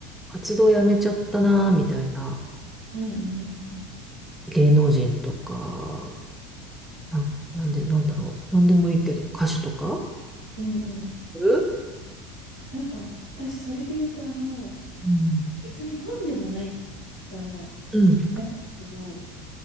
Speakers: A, in the centre; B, on the left.
A: 活動やめちゃったなみたいな
B: うん、うん、うん、
A: 芸能人とか、な、なんで、なんだろう。なんでもいいけど、歌手とか
B: うん。うん
A: うん
B: なんか私、それで言うと、あの、
A: うん
B: 別にファンでもないから、
A: うん。
B: ないんですけど、